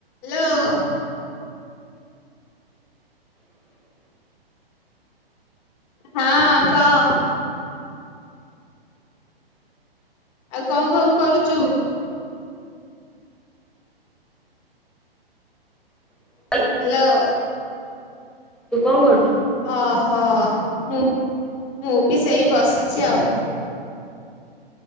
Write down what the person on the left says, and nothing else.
ହ୍ୟାଲୋ। ହଁ କହ। ଆଉ କଣ ଖବୁ କରୁଚୁ?
ହ୍ୟାଲୋ।
ଅ ହ ମୁଁ ମୁଁ ବି ସେଇ ବସିଚି ଆଉ।